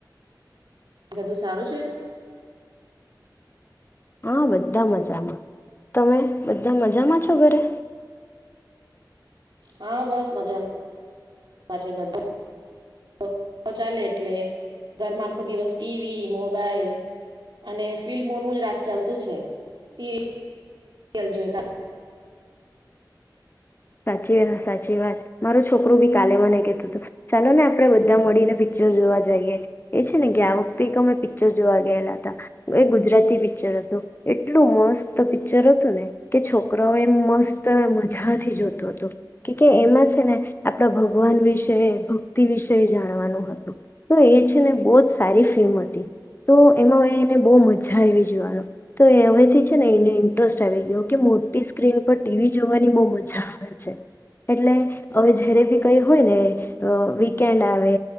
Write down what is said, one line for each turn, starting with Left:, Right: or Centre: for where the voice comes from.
Right: બધું સારું છે?
Left: હા બધા મજામાં, તમે બધા મજામાં છો ઘરે?
Right: હા બસ મજામ, જામા છે બધ ચાલે એટલે ઘરમાં આખો દિવસ ટી વી, મોબાઈલ અને ફિલ્મોનું જ રાત ચાલતું છે સીરી યલ જોય કા
Left: સાચ સાચી વાત મારો છોકરું બી કાલે મને કેતો હતું ચાલો ને આપડે બધા મળીને પિક્ચર જોવા જઈએ એ છે ને ગયા વખતે એક અમે પિક્ચર જોવા ગયેલા હતા એ ગુજરાતી પિક્ચર હતું એટલું મસ્ત પિક્ચર હતું ને કે છોકરાઓ એમ મસ્ત મજાથી જો તો હતો કે કે એમાં છે ને આપણા ભગવાન વિશે ભક્તિ વિશે જાણવાનું હતું તો એ છે ને બહુ જ સારી ફિલ્મ હતી તો એમાં એને બહુ મજા આવી જોવાનું તો એ હવેથી છે ને એને ઇન્ટરેસ્ટ આવી ગયો કે મોટી સ્ક્રીન પર ટીવી જોવાની બહુ મજા એટલે હવે જ્યારે બી કઈ હોય ને વીકેન્ડ આવે